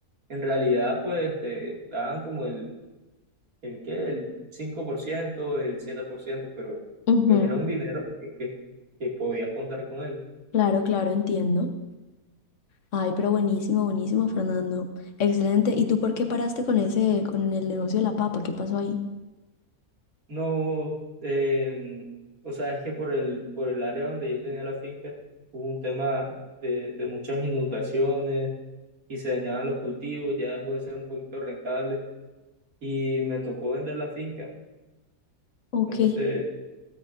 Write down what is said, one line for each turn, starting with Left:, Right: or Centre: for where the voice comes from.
Right: En realidad, pues te daban como el, el ¿qué? El 5% el 7% pero
Left: ujú,
Right: pues era un dinero que, que, que podías contar con él.
Left: Claro, claro, entiendo. Ay, pero buenísimo, buenísimo, Fernando. Excelente. ¿Y tú por qué paraste con ese, con el negocio de la papa? ¿Qué pasó ahí?
Right: No, eh, o sea, es que por el, por el área donde yo tenía la finca hubo un tema de, de muchas inundaciones y se dañaban los cultivos, ya dejó de ser un poquito rentable y me tocó vender la finca.
Left: Ok,
Right: Entonces,